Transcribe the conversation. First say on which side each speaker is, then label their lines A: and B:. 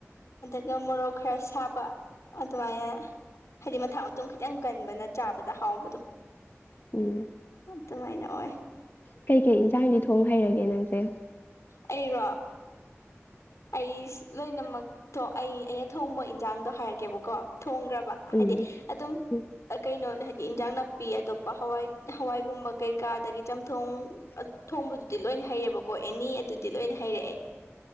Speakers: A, on the left; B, on the left.
A: ꯑ ꯃꯣꯔꯣꯛ ꯈꯔ ꯁꯥꯕ ꯑꯗꯨꯃꯥꯏꯅ ꯍꯥꯏꯗꯤ ꯃꯊꯥ ꯃꯊꯨꯝ ꯈꯤꯇꯪ ꯀꯟꯕꯅ ꯆꯥꯕꯗ ꯍꯥꯎꯕꯗꯣ
B: ꯎꯝ
A: ꯑꯗꯨꯃꯥꯏꯅ ꯑꯣꯏ
B: ꯀꯩ ꯀꯩ ꯏꯟꯁꯥꯡꯗꯤ ꯊꯣꯡ ꯍꯩꯔꯒꯦ ꯅꯪꯁꯦ
A: ꯑꯩꯔꯣ ꯑꯩ ꯂꯣꯏꯅꯃꯛ ꯑꯩ ꯑꯩꯅ ꯊꯣꯡꯕ ꯏꯟꯖꯥꯡꯗꯣ ꯍꯥꯏꯔꯛꯀꯦꯕꯀꯣ ꯊꯣꯡꯈ꯭ꯔꯕ ꯍꯥꯏꯗꯤ
B: ꯎꯝ
A: ꯑꯗꯨꯝ
B: ꯎꯝ
A: ꯀꯩꯅꯣ ꯍꯥꯏꯗꯤ ꯏꯟꯖꯥꯡ ꯅꯥꯄꯤ ꯑꯇꯣꯞꯄ ꯍꯋꯥꯏ ꯍꯋꯥꯏꯒꯨꯝꯕ ꯀꯩꯀꯥ ꯑꯗꯒꯤ ꯆꯝꯊꯣꯡ ꯊꯣꯡꯕ ꯑꯗꯨꯗꯤ ꯂꯣꯏꯅ ꯍꯩꯔꯦꯕꯀꯣ ꯑꯦꯅꯤ ꯑꯗꯨꯗꯤ ꯂꯣꯏꯅ ꯍꯩꯔꯦ ꯑꯩ